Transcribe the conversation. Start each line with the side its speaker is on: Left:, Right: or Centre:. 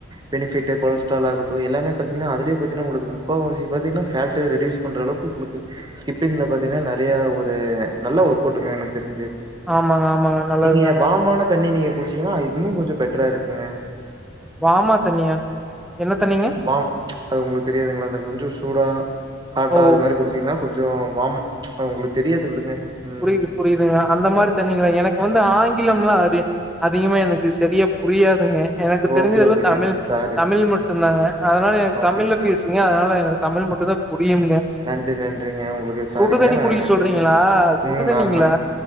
Right: பெனிபிட் கொலஸ்ட்ரால் ஆகட்டு எல்லாமே பாத்தீங்கன்னா அதுலயே போய்டனா உங்களுக்கு முக்கால்வாசி பாத்திங்கன்னா ஃபேட்டே ரெடியூஸ் பன்ற அளவுக்கு உங்களுக்கு ஸ்கிப்பிங்ல பாத்திங்கன்னா நெறையா ஒரு நல்ல ஒரு ஒர்க் அவுட்ங்க எனக்கு தெரிஞ்சு
Centre: ஆமாங்க ஆமாங்க நல்லதுதாங்க
Right: நீங்க வாமான தண்ணி நீங்க குடிச்சீங்கன்னா அது இன்னு கொஞ்சோ பெட்டரா இருக்குங்க
Centre: வாமா தண்ணியா என்ன தண்ணிங்க
Right: ம், வாம் அது உங்களுக்கு தெரியாதுங்களா அந்த கொஞ்சோ சூடா ஹாட்டா
Centre: ஓ
Right: அது மாரி குடிச்சீங்கன்னா கொஞ்சோ வாம் அது உங்களுக்கு தெரியாது விடுங்க ம்
Centre: புரியுது புரியுதுங்க அந்த மாரி தண்ணிங்களா எனக்கு வந்து ஆங்கிலம்லாம் அ அதிகமா எனக்கு சரியா புரியாதுங்க எனக்கு தெரிஞ்சதுல
Right: ஓகே ஓகேங்க
Centre: தமிழ்
Right: சாரி
Centre: தமிழ் மட்டு தாங்க அதனால எனக்கு
Right: ஓகேங்க
Centre: தமிழ்ல பேசுங்க அதனால எனக்கு தமிழ் மட்டு தா புரியும்ங்க
Right: நன்றி நன்றிங்க உங்களுக்கு சாரிங்க
Centre: சுடு தண்ணி
Right: நா
Centre: குடிக்க சொல்றீங்களா சுடுதண்ணிங்களா
Right: ம் ஆமா